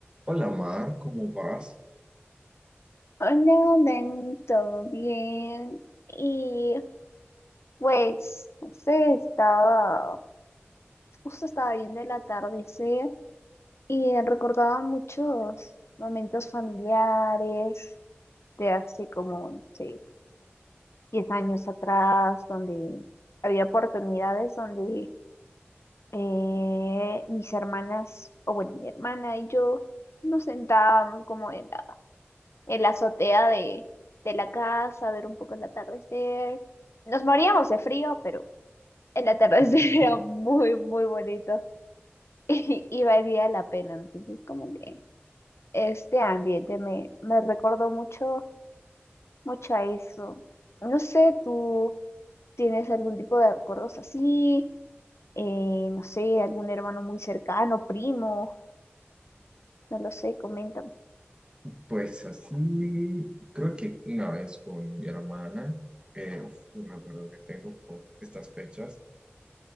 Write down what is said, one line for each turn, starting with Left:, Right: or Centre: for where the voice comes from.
Right: Hola Mar, ¿cómo vas?
Left: Hola, Dan, ¿todo bien? Y pues, no sé, estaba, justo estaba viendo el atardecer y recordaba muchos momentos familiares de hace como, no sé, 10 años atrás, donde había oportunidades donde eh, mis hermanas, o bueno, mi hermana y yo nos sentábamos como en la en la azotea de, de la casa, ver un poco el atardecer. Nos moríamos de frío, pero el atardecer
Right: <laughs>
Left: <laughs> era muy, muy bonito y, y valía la pena. Entonces, como que este ambiente me, me recordó mucho, mucho a eso. No sé, ¿tú tienes algún tipo de recuerdos así? Eh, no sé, algún hermano muy cercano, primo, no lo sé, coméntame.
Right: Pues así, creo que una vez con mi hermana, eh, uf, un recuerdo que tengo por estas fechas,